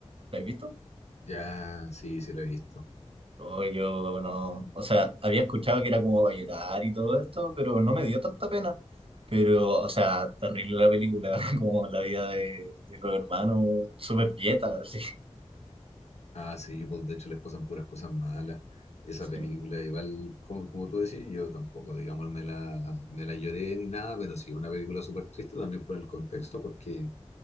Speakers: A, on the right; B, on the left.
A: ¿La has visto?
B: Ya, sí, sí la he visto.
A: O yo no, o sea, había escuchado que era como para llorar y todo esto, pero no me dio tanta pena. Pero, o sea, terrible la película, <laughs> como la vida de, de los hermanos, súper dieta, así.
B: Ah, sí, pues de hecho les pasan puras cosas malas. Esa
A: Sí,
B: película, igual, como, como tú decís, yo tampoco, digamos, me la, me la lloré ni nada, pero sí, una película súper triste también por el contexto, porque